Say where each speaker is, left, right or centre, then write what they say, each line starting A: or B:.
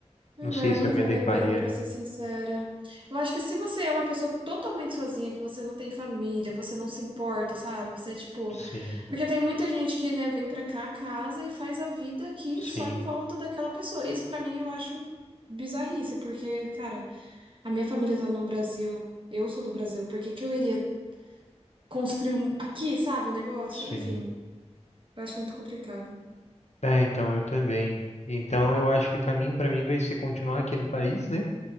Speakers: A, on the right; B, on the left.
A: Hum,
B: Não sei
A: É, não
B: se eu me
A: vale
B: adequaria.
A: a pena, pra ser sincera. Eu acho que se você é uma pessoa totalmente sozinha, que você não tem família, você não se importa, sabe? Você é tipo.
B: Sim,
A: Porque tem muita gente que, né, vem pra cá, casa e faz a vida aqui
B: sim,
A: só em volta daquela pessoa. Isso pra mim eu acho bizarrice, porque, cara, a minha família tá no Brasil, eu sou do Brasil, por que que eu iria construir um- aqui, sabe, o negócio.
B: sim.
A: Enfim, eu acho muito complicado.
B: É, então eu também. Então eu acho que o caminho para mim vai ser continuar aqui no país, né?